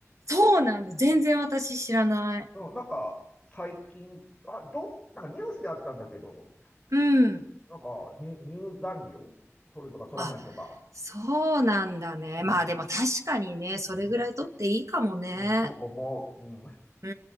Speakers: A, on the right; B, on the left.
A: そうなんだ。全然私知らない。
B: うん、なんか、最近、あ、ど、なんかニュースであったんだけど、
A: うん。
B: なんか入、入山料取るとか取らないとか。
A: あ、そうなんだね。
B: うん、
A: まあでも確かにね、それぐらい取っていいかもね。
B: うん、うん、と思う。うん、
A: う